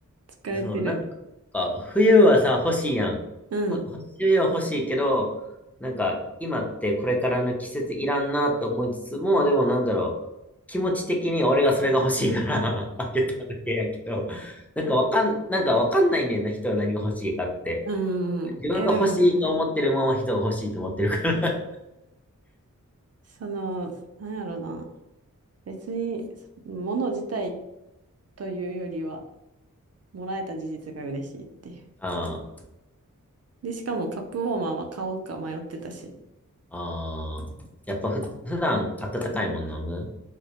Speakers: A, on the right (about 50°); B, in the centre.
A: 使えてる。
B: そう、なんか、冬はさ、欲しいやん。
A: うん、
B: ほ、ほ冬は欲しいけど、なんか、今ってこれからの季節いらんなと思いつつも、でもなんだろう、気持ち的に俺がそれが欲しいから <laughs> あげただけやけど、なんかわかん、なんかわかんないねんな、人は何が欲しいかって。
A: うん。いや、
B: 自分が欲しいと思ってるもんは人が欲しいと思ってるから。
A: でもね、その、なんやろな。別に、物自体というよりは、もらえた事実が嬉しいっていう。
B: <laughs> あ
A: で、しかもカップウォーマーは買おうか迷ってたし。
B: あ、ああ。やっぱふ、普段温かいもん飲む